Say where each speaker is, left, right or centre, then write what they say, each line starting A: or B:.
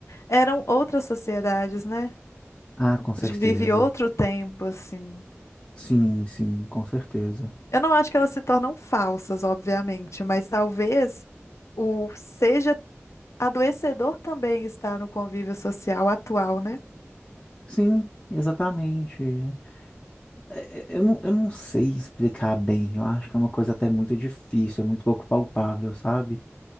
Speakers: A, on the left (about 85°); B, on the left (about 20°).
A: eram outras sociedades, né?
B: Ah, com certeza.
A: A gente vive outro tempo assim.
B: Sim, sim, com certeza.
A: Eu não acho que elas se tornam falsas, obviamente, mas talvez o seja adoecedor também estar no convívio social atual, né?
B: Sim, exatamente. é, é, Eu não, eu não sei explicar bem. Eu acho que é uma coisa até muito difícil, é muito pouco palpável, sabe?